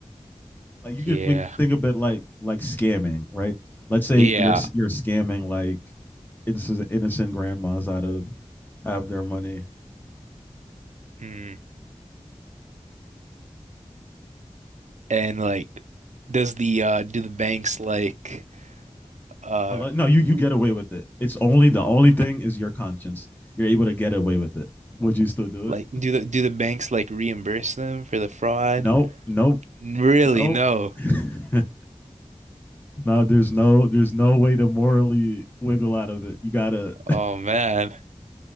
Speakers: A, on the left (about 15°); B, on the right (about 80°).
A: like you
B: yeah.
A: could think think of it like like scamming, right? Let's say
B: Yeah.
A: you're you're scamming like innocent, innocent grandmas out of out of their money.
B: Hmm. And like does the uh do the banks like uh
A: Or like, no, you
B: re
A: you get away with it. It's only the only thing is your conscience. You're able to get away with it. Would you still do
B: like
A: it?
B: do the do the banks like reimburse them for the fraud?
A: Nope, nope,
B: Really?
A: nope.
B: No.
A: <laughs> no, there's no there's no way to morally wiggle out of it. You gotta.
B: Oh man.